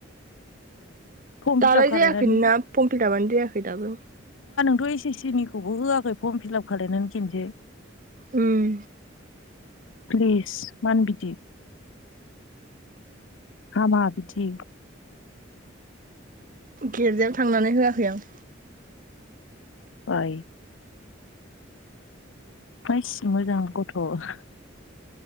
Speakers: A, on the left; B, on the right.
A: फर्म
B: दालाय
A: फिलाप खालायनानै
B: जायाखैमोनना फर्म फिलापानो जायाखै दाबो।
A: थ' एस एस सिनि खौबो होआखै फर्म फिलाप खालायनानै खेनसे।
B: उम।
A: प्लिज मानो बिदि। हामा बिदि।
B: गिर्जायाव थांनानै होआखै आं।
A: आय। मायसि मोजां गथ'।